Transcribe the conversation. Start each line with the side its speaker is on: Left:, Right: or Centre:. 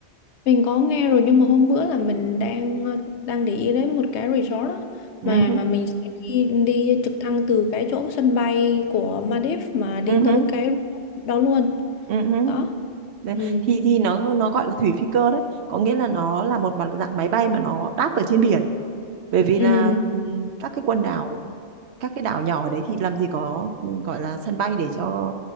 Left: Mình có nghe rồi nhưng mà hôm bữa là mình đang ờ, đang để ý đến một cái resort á
Right: Ừ,
Left: mà
Right: hứ,
Left: mà mình sẽ đi đi trực thăng từ cái chỗ sân bay của Maldives mà đi
Right: ừ, hứ,
Left: tới cái đó luôn.
Right: ừ hứ.
Left: Đó.
Right: Đấy,
Left: Ừ.
Right: thì thì nó nó gọi là thủy phi cơ đấy có nghĩa là nó là một mặt- dạng máy bay mà nó đáp ở trên biển bởi vì
Left: Ừ.
Right: là ừm, các cái quần đảo các cái đảo nhỏ ở đấy thì làm gì có ừm, gọi là sân bay để cho